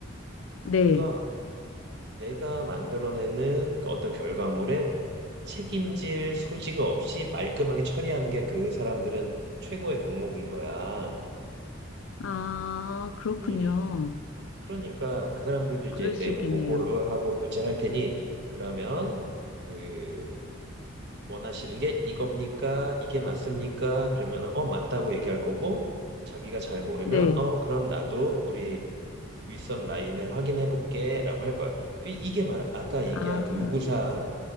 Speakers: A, on the right (about 60°); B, on the left (about 80°).
A: 그러니까
B: 네.
A: 내가 만들어내는 그 어떤 결과물에 책임질 소지가 없이 말끔하게 처리하는 게 그 사람들은 최고의 덕목인 거야.
B: 아, 그렇군요.
A: 음. 그러니까 그 사람들도 이제
B: 그럴 수
A: 내부
B: 있겠네요.
A: 보고를 하고 결제할 테니 그러면 그 원하시는 게 이겁니까? 이게 맞습니까? 그러면은 어 맞다고 얘기할 거고 자기가 잘 모르면
B: 네.
A: 어 그럼 나도 우리 윗선 라인을 확인해 볼게라고 할 거야. 그 이게 말 아까 얘기한
B: 아.
A: 그 요구사항